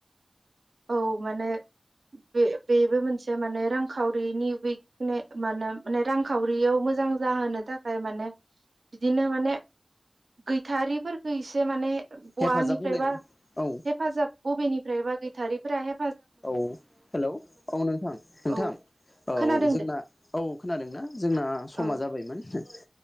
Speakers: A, on the right; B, on the left.
A: औ माने बे बेबो मोनसे माने रांखावरिनि उइकने माने माने रांखावरियाव मोजां जाहोनो थाखाय माने बिदिनो माने गैथारिफोरफोरखौ इसे माने बवानिफ्रायबा
B: हेफाजाब होलायना औ
A: हेफाजाब बबेनिफ्रायबा गै थारिफोरा हे
B: औ हेलौ औ नोंथां नोंथां
A: औ
B: औ
A: खोनादों
B: जोंना
A: दे
B: औ खोनादोंना जोंना समा
A: औ
B: जाबायमोन ज